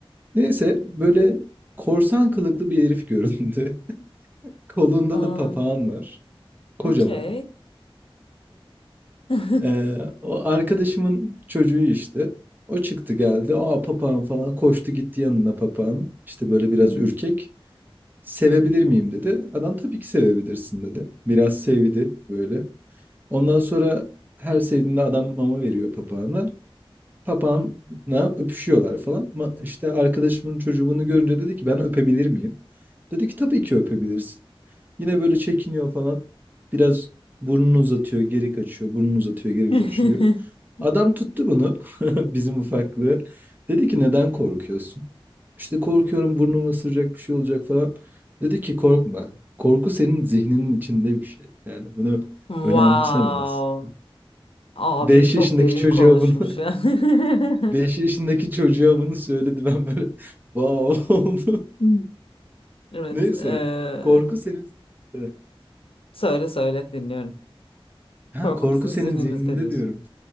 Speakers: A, on the right; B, on the left.
A: Neyse böyle korsan kılıklı bir herif göründü. <laughs> Kolunda
B: Um,
A: da papağan var. Kocaman.
B: okey. <laughs>
A: Ee, o arkadaşımın çocuğu işte. O çıktı geldi. Aa papağan falan koştu gitti yanına papağan. İşte böyle biraz
B: Hı hı.
A: ürkek. Sevebilir miyim dedi. Adam tabii ki sevebilirsin dedi. Biraz sevdi böyle. Ondan sonra her sevdiğinde adam mama veriyor papağana. Papağanla öpüşüyorlar falan. Ma işte arkadaşımın çocuğu bunu görünce dedi ki ben öpebilir miyim? Dedi ki tabii ki öpebilirsin. Yine böyle çekiniyor falan. Biraz burnunu uzatıyor, geri kaçıyor. Burnunu uzatıyor, geri
B: <laughs>
A: kaçıyor. Adam tuttu bunu. <laughs> Bizim ufaklığı. Dedi ki neden korkuyorsun? İşte korkuyorum burnumu ısıracak bir şey olacak falan. Dedi ki korkma. Korku senin zihninin içinde bir şey. Yani bunu
B: Wow.
A: önemseme aslında.
B: Abim
A: 5
B: çok
A: yaşındaki
B: derin
A: çocuğa
B: konuşmuş
A: bunu <laughs>
B: ya. <laughs>
A: 5 yaşındaki çocuğa bunu söyledi. Ben böyle <laughs> wow oldum.
B: Hmm. Evet.
A: Neyse.
B: eee,
A: Korku senin evet.
B: söyle söyle dinliyorum.
A: Ha,
B: Korku
A: korku
B: bizim
A: senin
B: zihnimizde
A: zihninde
B: diyorsun.
A: diyorum.